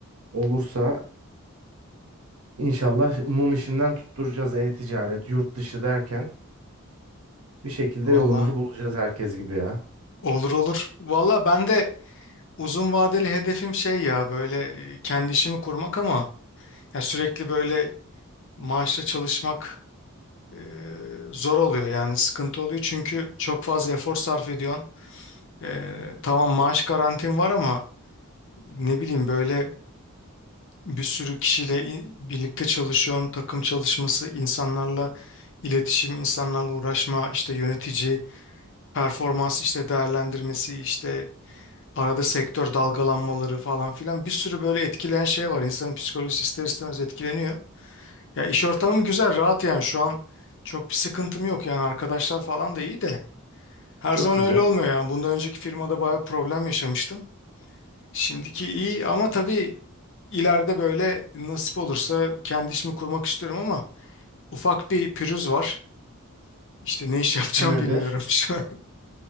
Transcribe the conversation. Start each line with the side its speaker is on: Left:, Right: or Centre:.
Right: Olursa inşallah mum işinden tutturacağız e-ticaret, yurt dışı derken bir şekilde
Left: Valla
Right: yolumuzu bulacağız herkes gibi ya.
Left: olur olur. Valla ben de Uzun vadeli hedefim şey ya böyle e, kendi işimi kurmak ama ya sürekli böyle maaşla çalışmak e, zor oluyor yani sıkıntı oluyor çünkü çok fazla efor sarf ediyorsun. E, tamam maaş garantin var ama ne bileyim böyle bir sürü kişiyle i- birlikte çalışıyorsun, takım çalışması, insanlarla iletişim, insanlarla uğraşma, işte yönetici, performans işte değerlendirmesi, işte Arada sektör dalgalanmaları falan filan bir sürü böyle etkileyen şey var. İnsanın psikolojisi ister istemez etkileniyor. Ya iş ortamım güzel, rahat yani şu an çok bir sıkıntım yok yani arkadaşlar falan da iyi de. Her
Right: Çok
Left: zaman
Right: güzel.
Left: öyle olmuyor yani. Bundan önceki firmada bayağı problem yaşamıştım. Şimdiki iyi ama tabii ileride böyle nasip olursa kendi işimi kurmak istiyorum ama ufak bir pürüz var. İşte ne iş <laughs> yapacağım
Right: O nedir?
Left: bilmiyorum şu an.